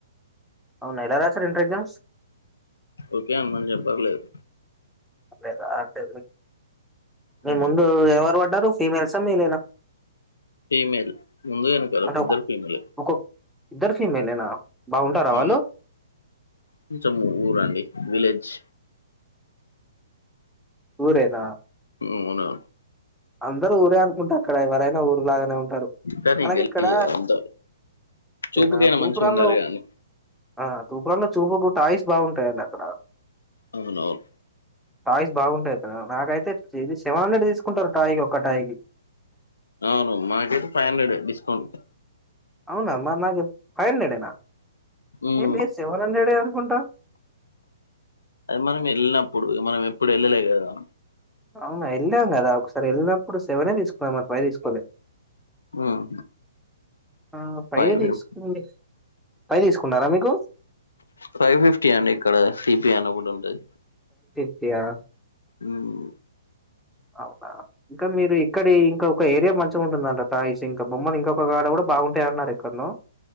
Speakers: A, in the centre; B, on the left (about 80°).
A: అవునా ఎలా రాసారు ఇంటర్ ఎగ్జామ్స్
B: ఓకే అన్మని జెపట్లేదు
A: లేదా అంటే మీ
B: ఉమ్
A: ముందు ఎవరు బడ్డారు ఫీమేల్సా మేలేనా
B: ఫీమేల్ ముందు యెనకాల
A: అంటే
B: ఇద్దరు
A: ఒ
B: ఫీమేలే
A: ఒక్కొక్క ఇద్దరు ఫీమేలేనా బాగుంటారా
B: ఉమ్
A: వాళ్ళు
B: కొంచం ఊరండి విలేజ్
A: ఊరేనా
B: అవునా
A: అందరు ఊరే అనుకుంటా అక్కడ ఎవరైనా ఊరులాగానే ఉంట టారు
B: కానీ
A: మనకి
B: గల్లీ
A: ఇక్కడ
B: అంత
A: అంతేనా
B: చూపుకైనా
A: తూప్
B: మంచిగా
A: రాన్
B: ఉండాలి
A: లో
B: కదండి
A: ఆ తూపురాలో చూపు గుట్ట టాయ్స్ బాగుంటాయి అన్నట్టు అక్కడ
B: అవునవును
A: టాయ్స్ బాగుంటాయి అక్కడ నాకైతే ఇది సెవెన్ హండ్రెడ్ తీసుకుంటారు టాయ్ కి ఒక టాయ్ కి
B: అవును మాకైతే ఫైవ్ హండ్రెడ్ డిస్కౌంట్
A: అవునా మరి నాకు ఫైవ్ హండ్రెడ్ యేనా
B: ఉమ్
A: ఏ లేదు సెవెన్ హండ్రెడే అనుకుంటా
B: అది మనం యెళ్ళినప్పుడు మనం ఎప్పుడు యెళ్ళలే గదా
A: అవునా యెళ్ళాం కదా ఒకసారి యెళ్ళినప్పుడు సెవెనే తీసుకున్నాం మన ఫైవ్ తీసుకోలే
B: ఉమ్
A: ఆ ఫైవే
B: ఫైవ్
A: దీసుకుంది
B: ఫిఫ్టీ
A: ఫైవ్ దీసుకున్నారా మీకు
B: ఫైవ్ ఫిఫ్టీ అండి ఇక్కడ సిపి అని ఒకటి ఉంటది
A: ప్యాయా
B: ఉమ్
A: అవునా ఇంకా మీరు ఇక్కడ ఇంక ఒక ఏరియా మంచిగా ఉంటుందంట టాయిస్ ఇంకా బొమ్మలు ఇంకొక గాడ గూడా బాగుంటయన్నారేక్కన్నో